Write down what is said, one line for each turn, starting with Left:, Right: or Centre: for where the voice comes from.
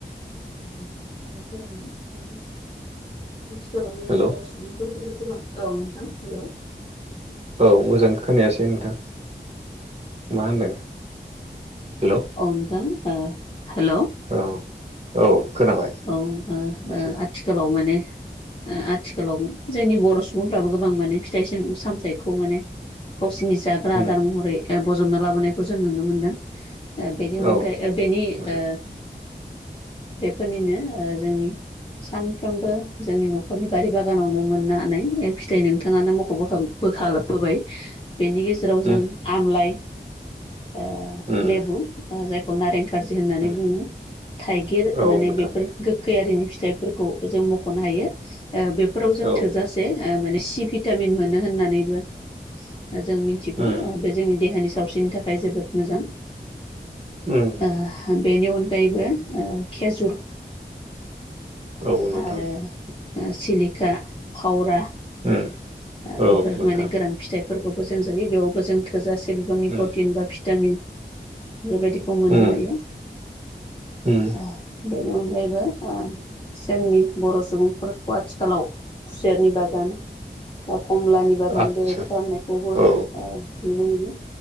Left: <unintelligible> <unintelligible> औ
Right: हेल'
Left: नोंथां
Right: औ
Left: हेलौ
Right: औ मोजां खोनायासै नोंथां मा होनदों हेलौ।
Left: औ नोंथां ओ हेलौ।
Right: औ औ खोनाबाय
Left: औ ओ ओ
Right: दासो
Left: आथिखालाव माने ओ आथिखालाव जोंनि बर' सुबुंफ्राबो गोबां माने फिथाइ सामथायाइखौ माने गावसिनि जाग्रा
Right: उम
Left: आदार महरै ओ बजबना लाबोनायखौ जों नुनो मोनदों ओ बेनि अनगायै
Right: औ
Left: ओ बेनि
Right: नोंथां
Left: ओ बेफोरनिनो ओ जोंनि सानफ्रोमबो जोंनि न'खरनि बारि बागानावनो मोननो हनानै ओ फिथाइ नोंथाङानो मख'बोखां बोखाबोबाय बेनि गेजेराव
Right: उम
Left: जों आमलाइ ओ
Right: उम
Left: लेबु जायखौ नारें कारजि होननानै
Right: उम
Left: बुङो थाइगिर
Right: औ
Left: माने
Right: नोंथां
Left: बेफोर गोखैयिआरिनि फिथाइफोरखौ जों मख'नो हायो बेफोराव जों
Right: औ
Left: थोजासे माने सि भिटामिन मोनो होननानैबो ओ जों मिथिगौ
Right: उम
Left: ओ बे जोंनि देहानि सावस्रिनि थाखाय जोबोद मोजां।
Right: उम
Left: ओ बेनि अनगायैबो ओ खेजुर
Right: औ नोंथां
Left: आरो ओ सिलिखा फावरा
Right: उम
Left: ओ
Right: औ
Left: बेफोर
Right: नोंथां
Left: माने गोरोन फिथाइफोरखौबो जों जायो बेयावबो जों थोजासे बिबांनि
Right: उम
Left: प्रटिन बा भिटामिन बेबायदिखौ मोननो
Right: उम
Left: हायो‌।
Right: उम
Left: ओ बेनि अनगायैबो ओ जोंनि बर' सुबुंफोरखौ आथिखालाव खुसेरनि बागान बा कमलानि बागान
Right: आदसा
Left: बेबायदि खालामनायखौबो
Right: औ
Left: ओ नुनो मोनो